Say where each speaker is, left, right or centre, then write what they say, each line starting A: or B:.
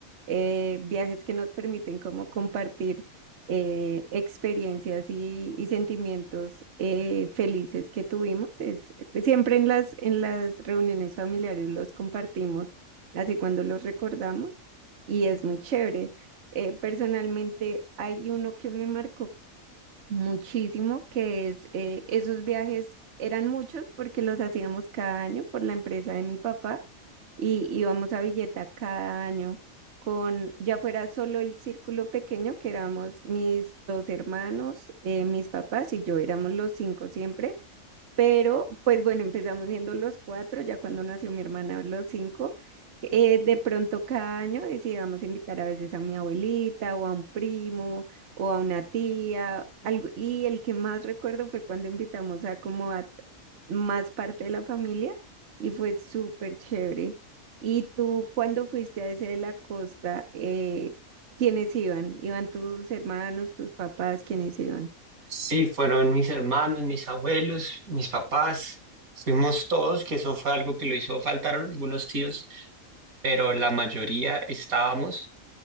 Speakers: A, on the right; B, on the right.
A: eh, viajes que nos permiten como compartir. eh, experiencias y, y sentimientos eh, felices que tuvimos. Es, siempre en las, en las reuniones familiares los compartimos, así cuando los recordamos, y es muy chévere. Eh, personalmente hay uno que me marcó muchísimo, que es eh, esos viajes eran muchos porque los hacíamos cada año por la empresa de mi papá y íbamos a Villeta cada año con, ya fuera solo el círculo pequeño, que éramos mis dos hermanos, eh, mis papás y yo, éramos los cinco siempre, pero, pues bueno, empezamos siendo los cuatro, ya cuando nació mi hermana, los cinco. Eh, de pronto cada año decidíamos invitar a veces a mi abuelita o a un primo o a una tía, algo. Y el que más recuerdo fue cuando invitamos a como a más parte de la familia y fue súper chévere. ¿Y tú cuando fuiste a ese de la costa, eh, quiénes iban? ¿Iban tus hermanos, tus papás? ¿Quiénes iban?
B: Sí, fueron mis hermanos, mis abuelos, mis papás, fuimos todos, que eso fue algo que lo hizo, faltaron algunos tíos, pero la mayoría estábamos,